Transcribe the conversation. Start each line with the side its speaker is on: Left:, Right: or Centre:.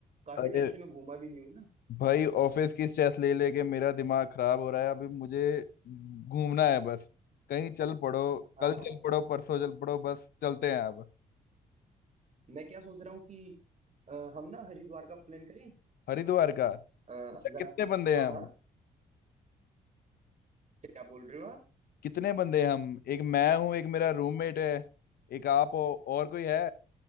Right: काफी
Left: अरे
Right: टाइम से मैं घूमा भी नहीं हूँ ना
Left: भाई ऑफिस की स्ट्रेस ले लेके मेरा दिमाग खराब हो रहा है अभी मुझे घूमना है बस कहीं चल पड़ो
Right: हाँ
Left: कल
Right: हाँ
Left: चल पड़ो परसों चल पड़ो बस चलते हैं अब
Right: मैं क्या सोच रहा हूँ कि अ, हम ना हरिद्वार का प्लान करें
Left: हरिद्वार का अच्छा
Right: अ, अगर
Left: कितने
Right: आप
Left: बंदे
Right: हाँ
Left: हैं हम
Right: हाँ क्या बोल रहे हो आप
Left: कितने बंदे हैं हम एक मैं हूँ एक मेरा रूममेट है एक आप हो और कोई है